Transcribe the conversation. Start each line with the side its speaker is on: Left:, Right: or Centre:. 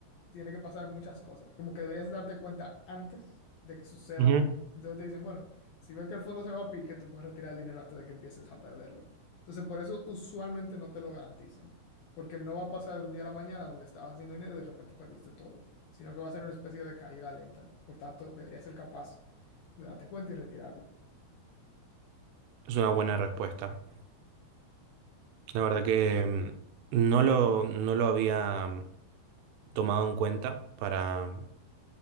Left: tiene que pasar muchas cosas. Como que deberías darte cuenta antes de que suceda.
Right: Ujú.
Left: Entonces te dicen, bueno, si ves que el fondo se va a pique, tú puedes retirar el dinero antes de que empieces a perderlo. Entonces, por eso usualmente no te lo garantizan, porque no va a pasar de un día a la mañana donde estabas haciendo dinero y de repente perdiste todo, sino que va a ser una especie de caída lenta. Por tanto, deberías ser capaz de darte cuenta y retirarlo.
Right: Es una buena respuesta. La verdad que mm, no lo, no lo había mm, tomado en cuenta para,